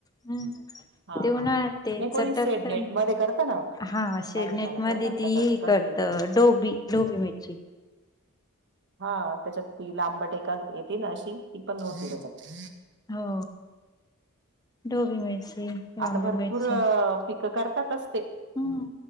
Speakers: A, on the left; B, on the right.
A: हंम्म
B: हा
A: ते
B: हा
A: उन्हाळ ते
B: नाही कोणी
A: चटकतय
B: सेड नेट मध्ये करता ना
A: हा शेडनेट
B: भाजीपाला करता
A: मध्ये
B: ना
A: ती
B: त्याच्यात
A: ही.
B: कंटिन्यू
A: करत चोबी चोबळी मिरची.
B: हा त्याच्यात ती लांबट एखादी येते ना अशी ती पण नव्हती त्यांच्यात,
A: हो ढोबळी मिरची. लांबडी
B: आता भरपूर
A: मिरची
B: पिकं करतातस ते,
A: हम्म